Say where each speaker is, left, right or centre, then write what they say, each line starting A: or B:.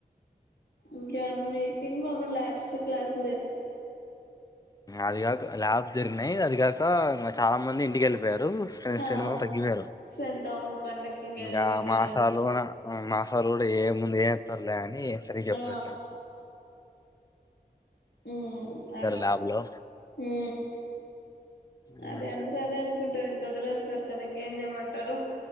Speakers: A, on the left (about 85°); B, on the left (about 20°).
A: ఇంకేమీ కింగ్ అమ్మ లాబ్ చు క్లాస్
B: అదిగాక ల్యాబ్ ఉన్నాయి అది కాక చాలా మంది ఇంటికి వెళ్ళిపోయారు ఫ్రెండ్స్
A: ఆ
B: చాలా మంది తగ్గిపోయారు
A: స్ట్రెంత్ అవును పండక్కి ఇంగ
B: ఇంకా
A: ఎళ్ళింటారు
B: మాసాలు
A: అవును
B: మసాల కూడా ఏం ఏతర్లే <unintelligible> అ సరి చెప్ప
A: ఆ
B: ఎట్లా గో
A: ఉ అదే
B: ల్యాబ్‌లో.
A: ఉ
B: హ్మ్.
A: అదే అందరు అదే అనుకుంటారు కదిలేస్తారు కదా ఇంకేం చేయమంటారు